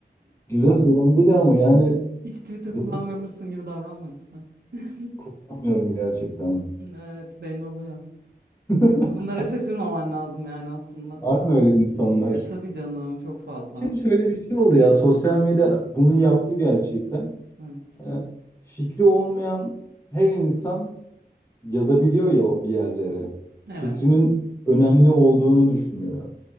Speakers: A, on the left; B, on the right.
A: Güzel eğlenceli ama yani
B: Hiç Twitter
A: ben
B: kullanmıyormuşsun gibi davranma lütfen. <laughs>
A: kullanmıyorum gerçekten.
B: Evet belli oluyor.
A: <laughs>
B: Yoksa bunlara şaşırmaman lazım yani aslında.
A: Var mı öyle insanlar?
B: E tabii canım çok fazla.
A: Şimdi şöyle bir şey oldu ya. Sosyal medya bunu yaptı gerçekten.
B: Evet.
A: Ee, fikri olmayan her insan yazabiliyor ya bir yerlere.
B: Evet.
A: Fikrinin önemli olduğunu düşünüyor.